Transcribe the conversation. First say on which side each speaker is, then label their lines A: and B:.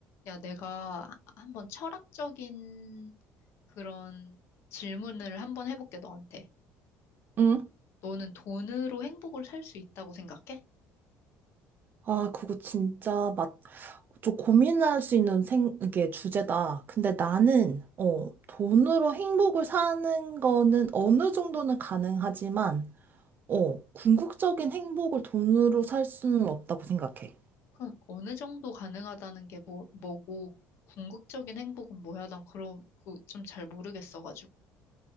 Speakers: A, on the left (about 65°); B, on the right (about 45°).
A: 야, 내가 한번 철학적인 그런 질문을 한번 해볼게, 너한테.
B: 응?
A: 너는 돈으로 행복을 살 수 있다고 생각해?
B: 아, 그거 진짜 맛, 저 고민할 수 있는 생, 이게 주제다. 근데 나는, 어, 돈으로 행복을 사는 거는 어느 정도는 가능하지만, 어, 궁극적인 행복을 돈으로 살 수는 없다고 생각해.
A: 그럼 어느 정도 가능하다는 게 뭐, 뭐고, 궁극적인 행복은 뭐야? 난 그런, 그좀 잘 모르겠어가지고.